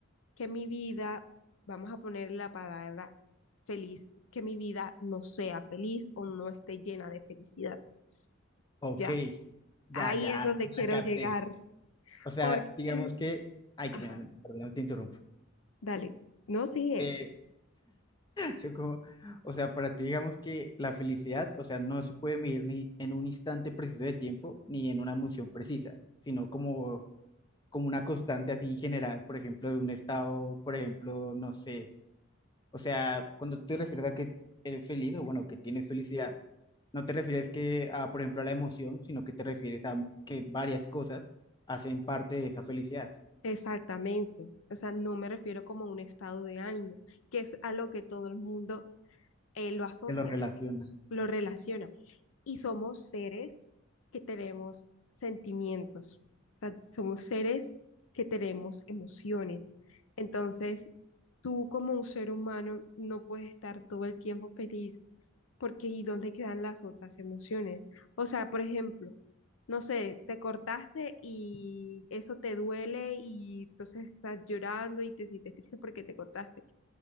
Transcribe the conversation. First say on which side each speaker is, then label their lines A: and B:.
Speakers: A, on the left; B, on the left.
A: que mi vida, vamos a poner la palabra feliz, que mi vida no sea feliz o no esté llena de felicidad.
B: Ok,
A: Ya
B: ya,
A: Ahí
B: ya,
A: es donde
B: la
A: quiero
B: capté.
A: llegar,
B: O sea,
A: porque,
B: digamos
A: <laughs>
B: que, ay,
A: ajá,
B: qué pena, perdón, te interrumpo.
A: dale, no sigue,
B: Eh, Yo como, o sea, para ti digamos que la felicidad, o sea, no se puede medir ni en un instante preciso de tiempo ni en una emoción precisa, sino como, como una constante así general, por ejemplo, de un estado, por ejemplo, no sé, o sea, cuando tú te refieres a que eres feliz o bueno, que tienes felicidad, no te refieres que a, por ejemplo, a la emoción, sino que te refieres a que varias cosas hacen parte de esa felicidad,
A: exactamente. O sea, no me refiero como a un estado de ánimo, que es a lo que todo el mundo eh, lo asocia,
B: que lo relaciona.
A: ¿sí? Lo relaciona. y somos seres que tenemos sentimientos, o sea, somos seres que tenemos emociones. Entonces, tú como un ser humano no puedes estar todo el tiempo feliz porque ¿y dónde quedan las otras emociones? O sea, por ejemplo, no sé, te cortaste y eso te duele y entonces estás llorando y te sientes triste porque te cortaste.